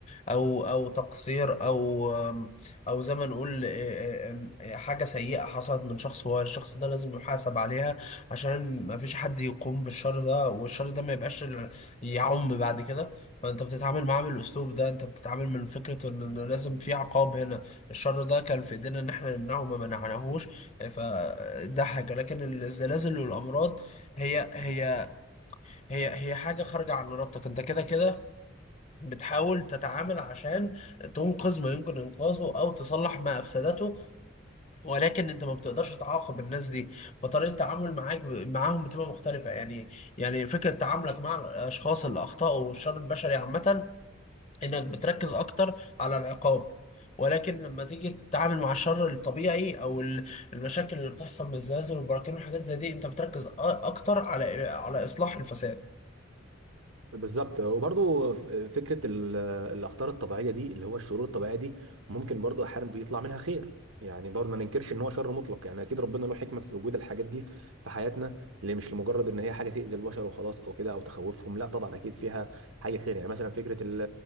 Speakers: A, on the left; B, on the right.
A: أو أو تقصير أو أو زي ما نقول <laughs> حاجة سيئة حصلت من شخص والشخص ده لازم يحاسب عليها عشان ما فيش حد يقوم بالشر ده والشر ده ما يبقاش يعم بعد كده فأنت بتتعامل معاه بالأسلوب ده أنت بتتعامل من فكرة إن إن لازم في عقاب هنا الشر ده كان في إيدينا إن إحنا نمنعه ما منعناهوش فده حاجة لكن الزلازل والأمراض هي هي هي هي حاجة خارجة عن إرادتك أنت كده كده بتحاول تتعامل عشان تنقذ ما يمكن إنقاذه أو تصلح ما أفسدته ولكن أنت ما بتقدرش تعاقب الناس دي فطريقة التعامل معاك ب- معاهم بتبقى مختلفة يعني يعني فكرة تعاملك مع الأشخاص اللي أخطأوا والشر البشري عامة إنك بتركز أكتر على العقاب ولكن لما تيجي تتعامل مع الشر الطبيعي او ال- المشاكل اللي بتحصل من الزلازل والبراكين والحاجات زي دي انت بتركز أ- اكتر على على اصلاح الفساد
B: بالظبط وبرضو ف- فكره ال- الاخطار الطبيعيه دي اللي هو الشرور الطبيعيه دي ممكن برضو احيانا بيطلع منها خير يعني برضو ما ننكرش ان هو شر مطلق يعني اكيد ربنا له حكمه في وجود الحاجات دي في حياتنا اللي مش لمجرد ان هي حاجه تاذي البشر وخلاص او كده او تخوفهم لا طبعا اكيد فيها حاجه خير يعني مثلا فكره ال